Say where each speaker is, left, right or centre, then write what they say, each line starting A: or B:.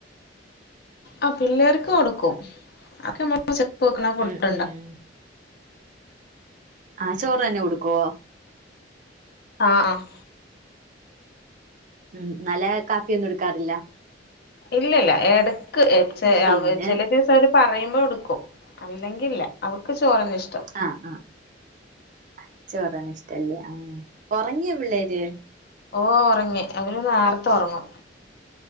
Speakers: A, on the left; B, on the right.
A: ആ പിള്ളേർക്ക് കൊടുക്കും അക്കെമ്ള് ഉചക്കെവെക്ണഫുഡ്ണ്ടാ
B: ഉം ഉം ആഹ് ചോറ് തന്നെ കൊടുക്കോ
A: ആഹ് അഹ്
B: ഉം ഇന്നലെ കാപ്പിയൊന്നും ഇട്ക്കാറില്ല
A: ഇല്ല ഇല്ല ഏടക്ക് എചാഅവചെല
B: പിന്നെ
A: ദിവസായിട്ട് പറയുമ്പോ ഒടുക്കും. അല്ലെങ്കി ഇല്ല അവൾക്ക് ചോറന്നെ ഇഷ്ടം
B: അഹ് അഹ് അചവറാന് ഇഷ്ടല്ല ആഹ് ഒറങ്ങ്യാെ പിള്ളേര്
A: ഓ ഒറങ്ങി അവര് നേര്ത്തെ ഒറങ്ങും